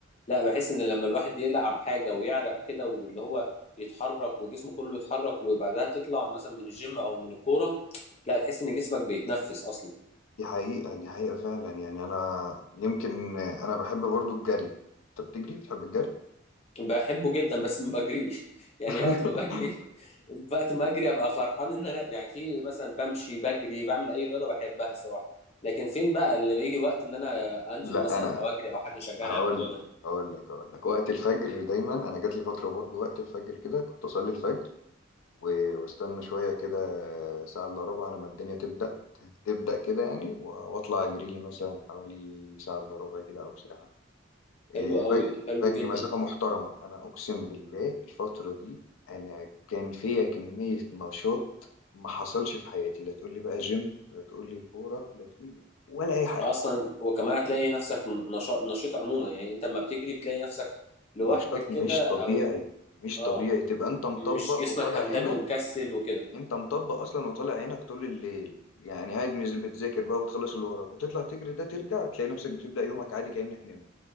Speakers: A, on the left; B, on the left.
A: لا بحس ان لما الواحد يلعب حاجه ويعرق كده واللي هو يتحرك وجسمه كله يتحرك وبعدها تطلع مثلا من الجيم او من الكوره لا تحس ان جسمك بيتنفس اصلا
B: دي حقيقه دي حقيقه فعلا يعني انا يمكن انا بحب برضو الجري انت بتجري بتحب الجري
A: بحبه جدا بس ما بجريش <laughs> يعني
B: <laughs>
A: وقت ما بجري وقت ما اجري ابقى فرحان ان انا يعني في مثلا بمشي بجري بعمل اي رياضه بحبها الصراحه لكن فين بقى اللي بيجي وقت ان انا انزل
B: لا
A: مثلا
B: انا
A: او اجري او حد يشجعني
B: هقول
A: على الموضوع ده
B: هقول لك هقول لك وقت الفجر دايما انا جات لي فتره برضو وقت الفجر كده كنت اصلي الفجر و- واستنى شوية كده ساعة إلا ربع لما الدنيا تبدأ تبدأ كده يعني و- وأطلع أجري لي مثلا حوالي ساعة إلا ربع كده أو ساعة إيه،
A: حلو
B: بجري
A: قوي حلو
B: بجري
A: جدا
B: مسافة محترمة أنا أقسم بالله الفترة دي أنا كان فيا كمية نشاط ما حصلش في حياتي لا تقول لي بقى جيم لا تقول لي كورة لا تقول لي ولا أي حاجة
A: اصلا وكمان هتلاقي نفسك نشاط نشيط عموما يعني انت لما بتجري بتلاقي نفسك لوحدك
B: نشاط
A: كده
B: مش طبيعي
A: او
B: مش
A: اه
B: طبيعي تبقى أنت مطبق
A: مش جسمك
B: وطالع
A: همدان
B: عينك
A: ومكسل وكده
B: انت مطبق اصلا وطالع عينك طول الليل يعني قاعد مش بتذاكر بقى وتخلص اللي وراك وتطلع تجري ده ترجع تلاقي نفسك بتبدأ يومك عادي كأنك نمت